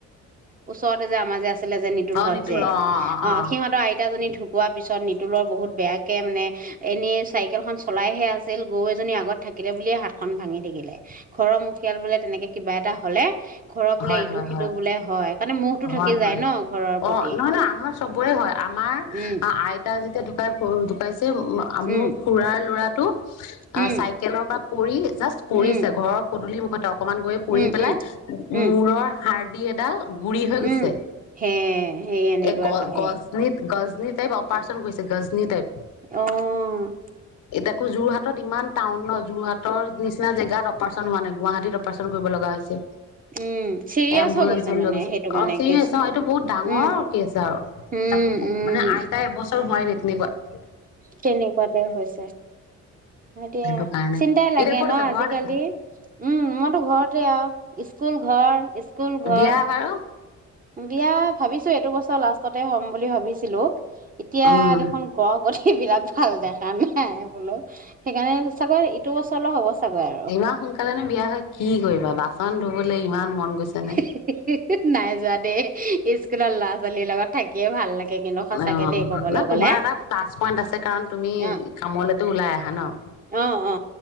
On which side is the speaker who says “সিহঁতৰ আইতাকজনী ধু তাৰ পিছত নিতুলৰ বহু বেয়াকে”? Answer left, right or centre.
Right